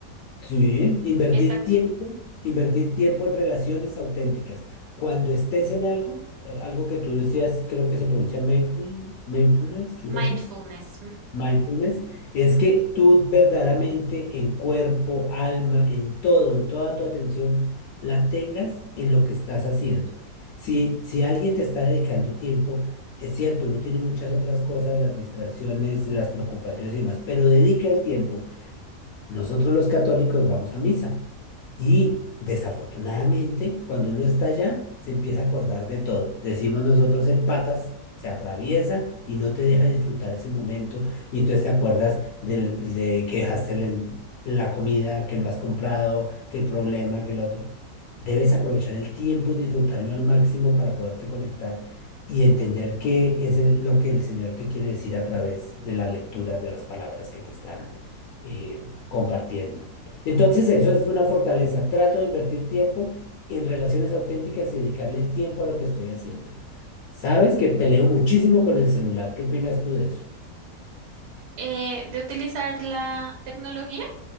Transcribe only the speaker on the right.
Exacto.
Mindfulness.
eh, de utilizar la tecnología?